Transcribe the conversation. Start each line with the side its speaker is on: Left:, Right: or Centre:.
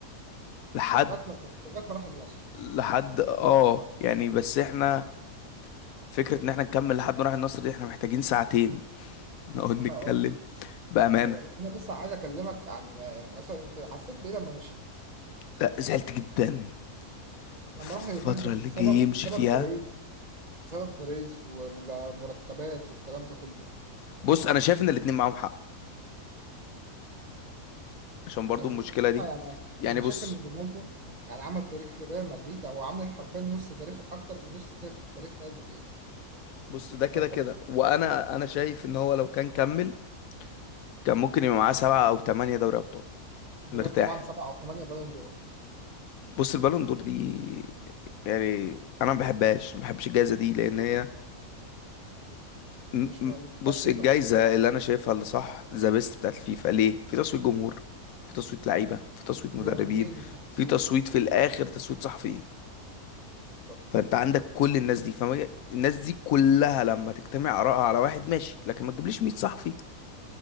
Left: لحد
Right: ما لغاية ما راح النصر
Left: لحد اه يعني بس احنا فكرة ان احنا نكمل لحد ما نروح النصر دي احنا محتاجين ساعتين نقعد
Right: <laughs>
Left: نتكلم
Right: أه
Left: بأمانة
Right: دي حقيقة بس أنا بس عايز أكلمك عن آه، مثلا أنت حسيت بإيه لما مشي؟
Left: لا زعلت جدا
Right: لما
Left: الفترة
Right: راح اليوفنتوس
Left: اللي
Right: بسبب
Left: جاي يمشي
Right: بسبب
Left: فيها
Right: بيريز بسبب بيريز والمرتبات والكلام ده كله
Left: بص انا شايف ان الاتنين معاهم حق عشان برضو
Right: انا
Left: المشكلة
Right: بصراحة
Left: دي
Right: يعني
Left: يعني
Right: انا شايف
Left: بص
Right: ان رونالدو يعني عمل تاريخ لريال مدريد او عامل حرفيا نص تاريخ اكتر من نص تاريخ تاريخ ريال مدريد
Left: بص ده كده
Right: فانت
Left: كده
Right: بت-
Left: وانا انا شايف ان هو لو كان كمل كان ممكن يبقى معاه سبعة او تمانية دوري ابطال
Right: ده
Left: مرتاح
Right: غير طبعا سبعة او ثمانية بالون دور
Left: بص البالون دور دي يعني انا ما بحبهاش ما بحبش الجائزه دي لان هي م-
Right: يعني مش
Left: م-
Right: ما
Left: بص
Right: فيهاش مصداقية
Left: الجائزه
Right: بصراحة
Left: اللي انا شايفها اللي صح ذا بيست بتاعت الفيفا ليه في تصويت جمهور في تصويت لعيبه في تصويت مدربين
Right: المدربين مش محبوبين
Left: في تصويت في الاخر تصويت صحفيين
Right: بالظبط
Left: فانت عندك كل الناس دي فما الناس دي كلها لما تجتمع آرائها على واحد ماشي لكن ما تجيبليش 100 صحفي